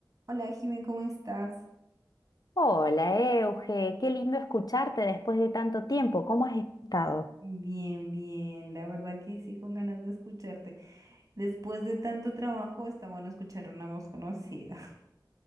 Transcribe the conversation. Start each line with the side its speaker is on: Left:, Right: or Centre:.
Right: Hola, Jimé, ¿cómo estás?
Left: Hola, Euge, qué lindo escucharte después de tanto tiempo. ¿Cómo has estado?
Right: Bien, bien, la verdad que sí, con ganas de escucharte. Después de tanto trabajo, está bueno escuchar una voz conocida. <laughs>